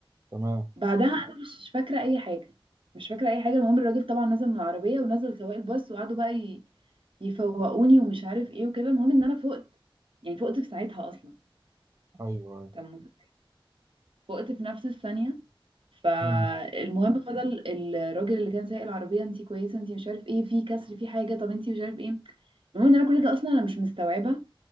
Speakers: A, on the right; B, on the right.
A: تمام
B: بعدها انا مش فاكره اي حاجه مش فاكره اي حاجه المهم الراجل طبعا نزل من العربيه ونزل سواق الباص وقعدوا بقى ي- يفوقوني ومش عارف ايه وكده المهم ان انا فقت يعني فقت في ساعتها اصلا
A: ايوه ايوه
B: طب مت- فقت في نفس الثانيه فالمهم
A: امم
B: فضل الراجل اللي كان سايق العربيه انت كويسه انت مش عارف ايه في كسر في حاجه طب انت مش عارف ايه المهم ان انا كل ده اصلا انا مش مستوعبه